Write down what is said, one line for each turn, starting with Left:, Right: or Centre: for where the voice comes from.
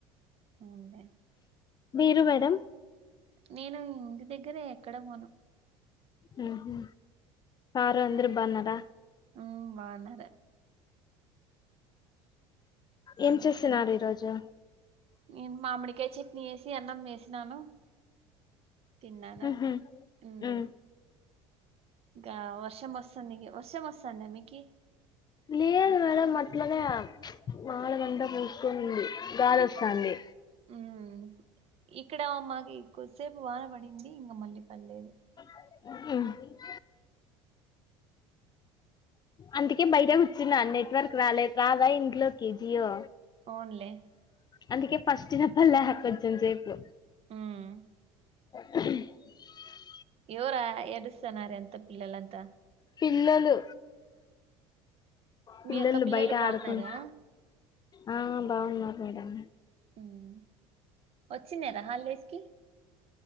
Right: అవున్లే
Left: మీరు మేడం
Right: నేను ఇంటి దగ్గరే ఎక్కడ పోను
Left: మ్మ్ హు సారు ఆంధ్రూ బాన్నారా
Right: మ్మ్ బాన్నారు నేనెక్కడ
Left: ఏం చేస్తున్నారు ఈరోజు
Right: నేను మామిడికాయి చట్నీ చేస్ సి అన్నం చేసినాను తిన్నాను
Left: ఉహు
Right: మ్మ్
Left: ఉ
Right: ఇ వర్షం వస్తాన్నికి వర్షం వస్తాన్న మీకి
Left: లేదు మేడం మట్లనే నాలగంట పూస్ పోయింది గాలోస్తంది
Right: మ్మ్ ఇక్కడ మాకి కొద్దిసేపు వాన పడింది ఇంగా మళ్ళీ పల్లేదు
Left: మ్మ్ అందుకే బయటె కూర్చున్నా నెట్వర్క్ రాలేదు రాదా ఇంట్లోకి జియో
Right: అవున్లే
Left: అందుకే ఫస్ట్ వినపల్లే కొంచెం సేపు
Right: మ్మ్
Left: <inaudible>
Right: ఎవరా ఏడుస్తన్నరు ఎంత పిల్లలంతా
Left: పిల్లలు పిల్లలు
Right: మీ అక్క
Left: బయట
Right: బాగున్నారా
Left: ఆడుకున్ ఆ బావున్నారు మేడం
Right: మ్ వచ్చిందార హల్డేస్కి